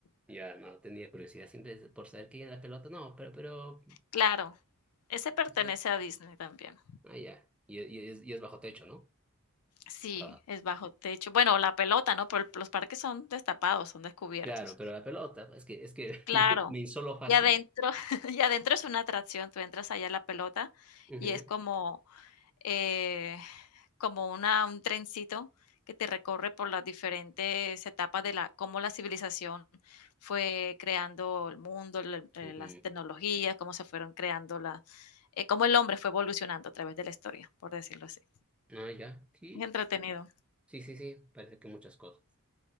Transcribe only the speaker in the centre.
Ya, no, tenía curiosidad siempre por saber que había en la pelota. No, pero, pero,
sí.
Ah, ya. Y, y es, y es bajo techo, ¿no?
Ah,
claro, pero la pelota, es que, es que
<laughs> yo me insolo fácil.
Ujú,
ujú.
Ah, ya. Sí,
sí, sí, sí. Parece que muchas cosas.